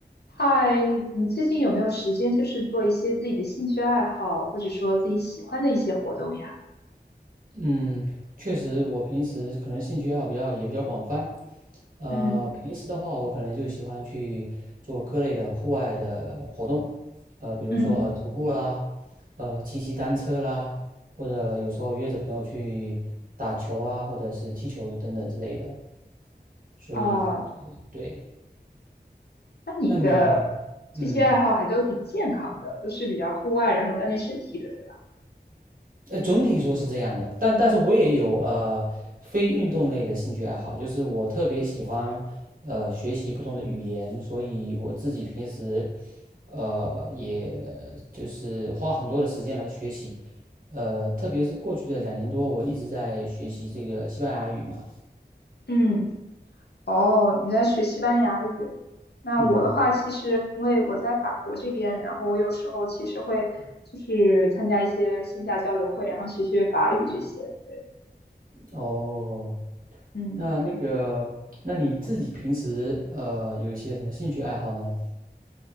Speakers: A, on the left; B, on the right.
A: 嗨，你最近有没有时间，就是做一些自己的兴趣爱好，或者说自己喜欢的一些活动呀？
B: 嗯，确实，我平时可能兴趣爱好比较也比较广泛。呃，
A: 嗯
B: 平时的话，我可能就喜欢去做各类的户外的活动，呃，比如说呃徒步啦，
A: 嗯，
B: 呃骑骑单车啦，或者有时候约着朋友去打球啊，或者是踢球等等之类的。所以，
A: 啊，
B: 对，
A: 那你的这些爱好还都挺健康的，
B: 那你，嗯。
A: 都是比较户外，然后锻炼身体的，对吧？
B: 呃，总体说是这样的，但但是我也有呃非运动类的兴趣爱好，就是我特别喜欢呃学习不同的语言，所以我自己平时呃也就是花很多的时间来学习，呃，特别是过去的两年多，我一直在学习这个西班牙语嘛，
A: 嗯，哦，你在学西班牙语？那我的话，
B: 嗯，
A: 其实因为我在法国这边，然后我有时候其实会就是参加一些线下交流会，然后学学法语这些。对，
B: 哦，
A: 嗯。
B: 那那个，那你自己平时呃有一些什么兴趣爱好呢？